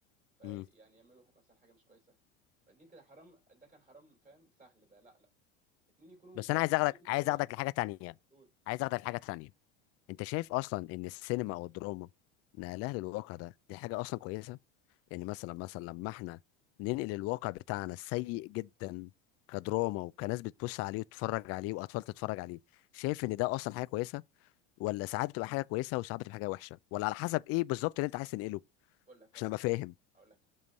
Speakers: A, on the right (about 25°); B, on the left (about 45°).
A: فيعني
B: امم
A: يعملوا مثلا حاجه مش كويسه دي كده حرام ده كان حرام فاهم سهل ده لا لا اتنين يكونوا
B: بس
A: متجوزين
B: أنا عايز أخدك عايز
A: وكل واحد
B: أخدك لحاجة تانية
A: يقول
B: عايز أخدك لحاجة تانية أنت شايف أصلا إن السينما أو الدراما نقلها للواقع ده دي حاجة أصلا كويسة يعني مثلا مثلا لما احنا ننقل الواقع بتاعنا السيء جدا كدراما وكناس بتبص عليه وتتفرج عليه واطفال تتفرج عليه شايف ان ده اصلا حاجه كويسه ولا ساعات بتبقى حاجه كويسه وساعات بتبقى حاجه وحشه ولا على حسب ايه بالظبط اللي انت عايز تنقله
A: اقول لك اقول
B: عشان
A: لك
B: ابقى
A: حاجه
B: فاهم
A: اقول لك حاجه